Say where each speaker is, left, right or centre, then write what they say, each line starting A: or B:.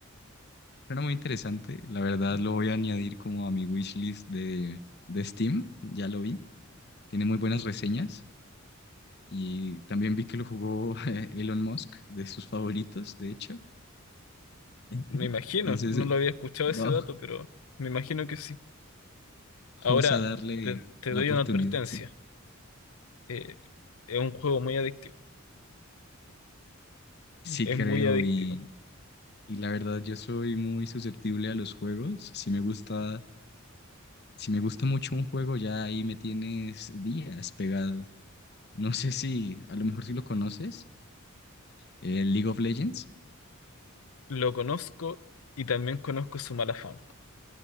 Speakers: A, on the left; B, on the left.
A: Suena muy interesante. La verdad lo voy a añadir como a mi wishlist de, de Steam. Ya lo vi. Tiene muy buenas reseñas y también vi que lo jugó <laughs> Elon Musk, de sus favoritos, de hecho. <laughs>
B: Me imagino,
A: Entonces,
B: no lo había escuchado
A: wow.
B: ese dato, pero me imagino que sí.
A: <laughs>
B: Ahora
A: Vamos a darle
B: te, te
A: la
B: doy
A: oportunidad,
B: una advertencia.
A: sí.
B: Eh, es un juego muy adictivo.
A: Sí
B: Es
A: creo
B: muy adictivo.
A: y, y la verdad yo soy muy susceptible a los juegos. Si me gusta, si me gusta mucho un juego, ya ahí me tienes días pegado. No sé si, a lo mejor si lo conoces, el League of Legends
B: Lo conozco y también conozco su mala fama.